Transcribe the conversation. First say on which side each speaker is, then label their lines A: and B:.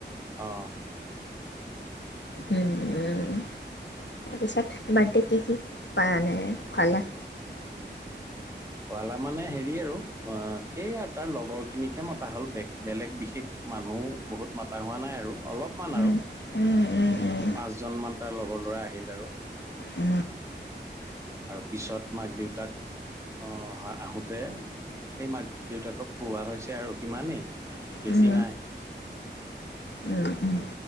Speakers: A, on the right; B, on the left.
A: অ
B: তাৰপিছত বাৰ্থডে কি কি পা এনে খোৱালা
A: খুৱালা মানে হেৰি আৰু অ সেইয়া আৰু তাৰ লগৰ খিনিকহে মতা হ'ল বে বেলেগ বিশেষ মানুহ বহুত মাতা হোৱা নাই আৰু অলপমান
B: উম,
A: আৰু
B: উম, উম, উম,
A: পাঁচজন মান তাৰ লগত লগৰ ল'ৰা আহিল আৰু
B: উ
A: আৰু পিছত মাক দেউতাক অ হয় আহোতে এনেই মাক দেউতাকক খুওৱা হৈছে আৰু সিমানেই বেছি
B: উম
A: নাই
B: উম